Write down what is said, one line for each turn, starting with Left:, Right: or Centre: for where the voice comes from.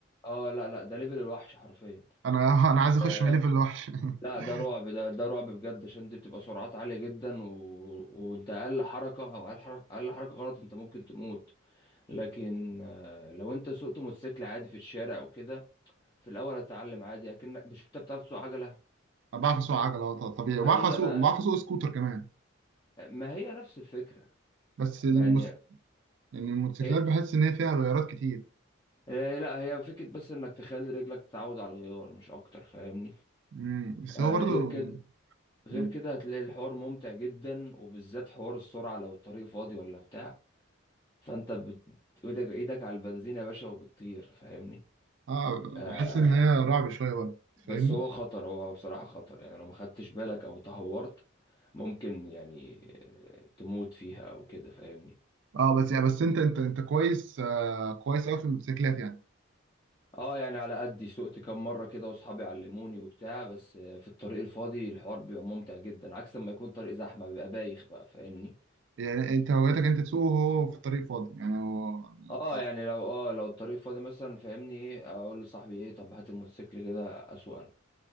Left: اه لا لا ده ليفل الوحش حرفيا
Right: أنا <laughs> أنا عايز أخش
Left: آه
Right: من ليفل لوحش <laughs>
Left: لا ده رعب ده ده رعب بجد عشان دي بتبقى سرعات عالية جدا و... وانت اقل حركة او اقل حركة اقل حركة غلط انت ممكن تموت لكن آه لو انت سوقت موتوسيكل عادي في الشارع وكده في الاول هتتعلم عادي اكنك مش انت بتعرف تسوق عجلة
Right: أنا بعرف أسوق عجلة آه، طبيعي وبعرف
Left: هي
Right: أسوق
Left: انا
Right: بعرف أسوق سكوتر كمان
Left: ما هي نفس الفكرة
Right: بس المس...
Left: ما يعني
Right: يعني الموتوسيكلات
Left: هي
Right: بحس إن هي فيها غيارات كتير
Left: هي- لا هي فكرة بس انك تخلي رجلك تتعود على الغيار مش اكتر فاهمني
Right: مم. بس
Left: آه
Right: هو برضه
Left: غير كده غير
Right: يعني،
Left: كده هتلاقي الحوار ممتع جدا وبالذات حوار السرعة لو الطريق فاضي ولا بتاع فانت بت... ايدك ايدك على البنزين يا باشا وبتطير فاهمني
Right: آه
Left: آه
Right: بحس إن هي رعب شوية برضه
Left: بس
Right: فاهمني؟
Left: هو خطر هو بصراحة خطر يعني لو ما خدتش بالك او تهورت ممكن يعني آه، تموت فيها او كده فاهمني
Right: اه بس يعني بس انت انت انت كويس آه كويس قوي في الموتوسيكلات يعني
Left: اه يعني على قدي سوقت كام مرة كده واصحابي علموني وبتاع بس آه، في الطريق الفاضي الحوار بيبقى ممتع جدا عكس لما يكون طريق زحمة بيبقى بايخ بقى فاهمني
Right: يعني انت هوايتك انت تسوق وهو في الطريق فاضي يعني هو انت-
Left: اه يعني لو اه لو الطريق فاضي مثلا فاهمني ايه اقول لصاحبي ايه طب هات الموتوسيكل كده اسوق انا